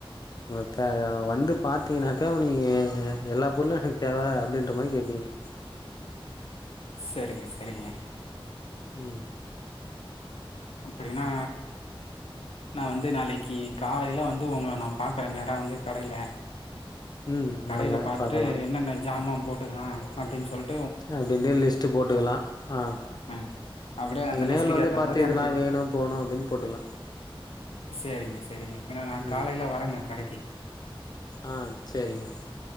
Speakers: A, on the left; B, on the left.
A: உங்களுக்காக வந்து பாத் பாத்தீங்கனாக்கா உனி எல்லா பொருளு எனக்கு தேவை அப்டின்ற மாரி கேட்பீங்க
B: செரிங்க செரிங்க
A: உம்
B: அப்டின்னா நா வந்து நாளைக்கி காலையில வந்து உங்களை நா பாக்குற நேரோ வந்து கடையில
A: ம்
B: கடையில
A: வாங்க
B: பாத்துட்டு
A: பாக்கலா
B: என்னென்ன ஜாமான் போட்டுக்கலா அப்படின் சொல்
A: அப்டிண்டு லிஸ்ட் போட்டுக்கலா ஆஹ்
B: ஆ அப்டியே
A: நீங்க
B: அந்த லிஸ்ட்டுக்கு
A: நேர்ல வந்து
B: ஏத்த
A: பாத்து
B: மாரி
A: இதெல்லா
B: எனக்கு
A: வேணும் போணும் அப்படின்னு போட்டுக்கலா
B: சேரிங்க சேரிங்க பின்ன நா
A: உஹம்
B: காலையில வரேங்க கடைக்கு
A: ஆஹ் செரிங்க